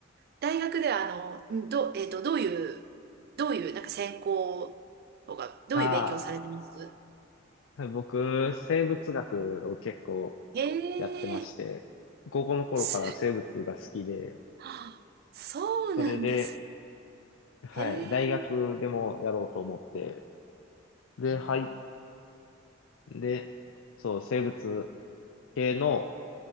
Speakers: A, on the right; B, on the left.
A: 大学では、あの、んど、えっと、どういう、どういう、なんか専攻とか、どういう勉強されてます
B: ああ、僕、生物学を結構
A: へえ、
B: やってまして、高校の頃から生物が好きで、
A: す、はあそうなんです。
B: それで、はい、
A: へえ、
B: 大学でもやろうと思って、で、
A: おー
B: 入っそう、生物系の